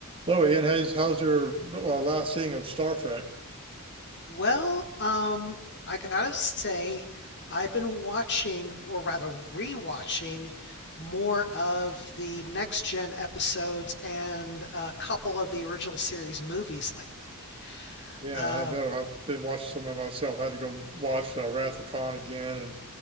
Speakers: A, on the right; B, on the left.
A: Hello, Ian. How's, how's your uh, last seeing of Star Trek?
B: Well, um, I gotta say, I've been watching, or rather rewatching, more of the next gen episodes and a couple of the original series movies lately.
A: Yeah,
B: Uh,
A: I know. I've been watching some of it myself. I had to go watch uh, Wrath of Khan again and